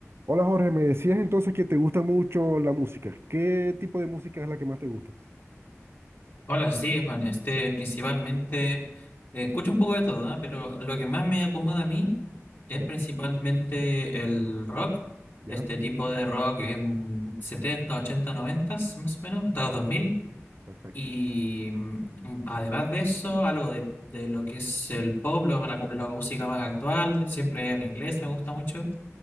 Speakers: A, on the right; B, on the left.
A: Hola Jorge, me decías entonces que te gusta mucho la música. ¿Qué tipo de música es la que más te gusta?
B: Hola, sí, Juan. Este, principalmente, eh, escucho un poco de todo, ¿ah? Pero lo que más me acomoda a mí es
A: Ya,
B: principalmente el rock,
A: ya,
B: este tipo de rock en 70 80 90, más o menos, hasta los dos mil
A: perfecto.
B: Y mm, además de eso, algo de, de lo que es el pop, lo- la, la música más actual, siempre en inglés me gusta mucho